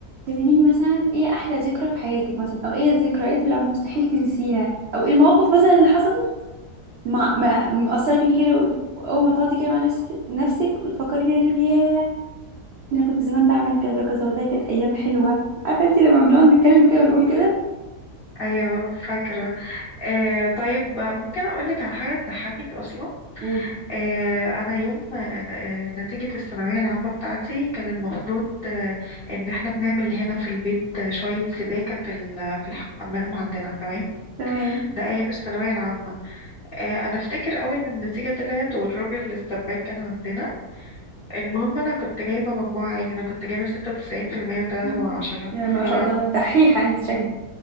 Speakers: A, on the right; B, on the left.
A: كلميني مثلا ايه احلى ذكرى في حياتك مثلا او ايه الذكريات اللي مستحيل تنسيها او ايه المواقف مثلا اللي حصلت مع مع- مأثرة فيكي كده اول ما تقعدي كده مع نفسك نفسك وتفكري فيها تقولي ياه ده انا كنت زمان بعمل كذا وكذا والله كانت ايام حلوة عارفة انت لما بنقعد نتكلم كده ونقول كده
B: أيوة فاكرة آه طيب ممكن أقولك على حاجة تضحكك أصلا
A: قولي
B: آه أنا يوم آه آه، نتيجة الثانوية العامة بتاعتي كان المفروض آه إن احنا بنعمل هنا في البيت آه، شوية سباكة في ال- في الحمام عندنا تمام
A: تمام
B: ده أيام الثانوية العامة آه، أنا أفتكر أوي إن النتيجة طلعت والراجل السباك كان عندنا المهم أنا كنت جايبة مجموعة عالي أنا كنت جايبة ستة وتسعين في المية وتلاتة
A: <laughs>
B: من عشرة
A: يعني ما
B: ف
A: شاء الله دحيحة انت شكلك